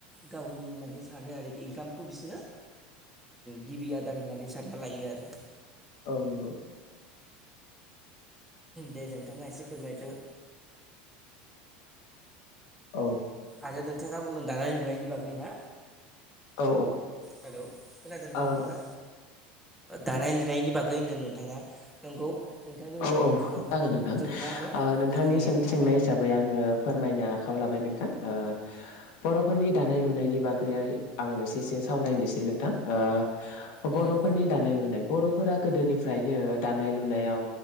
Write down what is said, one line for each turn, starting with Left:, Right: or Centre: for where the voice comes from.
Centre: गावनि होननानै सानो आरोखि ओंखामखौ बिसोरो गिबि ओम आदार होननानै सानना लायो आरो।
Left: औ नंगौ।
Centre: दे नोंथाङा एसे फोरमायदो।
Left: औ।
Centre: आरो नोंथाङा बुंदों दानाय लुनायनि बागै ना?
Left: औ
Centre: हेलौ खोनादोना
Left: औ
Centre: नोंथाङा? दानाय लुनायनि बागै होनदों नोंथाङा नंगौ नोंथांनि बुंनायाबो
Left: औ औ
Centre: थिगानो
Left: जागोन नोंथां
Centre: जों मा होनो
Left: ओ नोंथांनि
Centre: जोंनि
Left: सोंनाय
Centre: औ
Left: हिसाबै आङो फोरमायनो। आखायाव लाबाय नोंथां ओ। बर'फोरनि दानाय लुनायनि बागै। गैया आङो एसे एसे सावरायनोसै नोंथां ओ। बर'फोरनि
Centre: उम
Left: दानाय लुनाय। बर'फोरा गोदोनिफ्रायनो दानाय लुनायाव